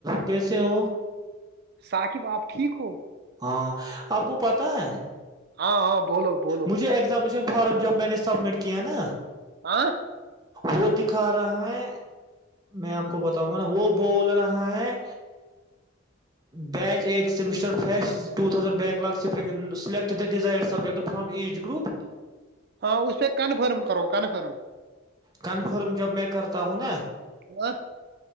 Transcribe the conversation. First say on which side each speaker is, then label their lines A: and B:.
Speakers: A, on the right (about 20°); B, on the right (about 50°).
A: کیسے ہ
B: ثاقب آپ ٹھیک ہو
A: ہاں آپ کو پتا ہے
B: ہاں ہاں بولو بولو
A: مجھے ایگزامینشن فارم جب میں نے سبمٹ ک کی نا
B: آاں
A: وہ دکھا رہا ہے میں آپ کو بتاؤں گا نا وہ بول رہا ہے بیچ ایٹھ سمسٹر فش ٹ thousand back lip select the desire subject from age group
B: ہاں اس پہ کنفرم کرو کنفرم
A: کنفرم جب میں کرتا ہوں نا
B: ہ